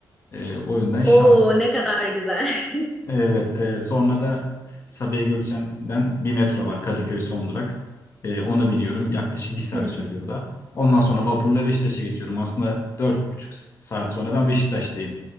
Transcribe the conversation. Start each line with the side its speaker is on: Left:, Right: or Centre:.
Left: Ee, o yönden şans
Centre: Oo ne kadar güzel. <laughs>
Left: Evet, e, sonra da Sabiha Gökçen'den bir metro var Kadıköy son durak. E, ona biniyorum. Yaklaşık bir saat
Centre: Hı hı.
Left: sürüyor o da. Ondan sonra vapurla Beşiktaş'a geçiyorum. Aslında dört buçuk saat sonra ben Beşiktaş'tayım.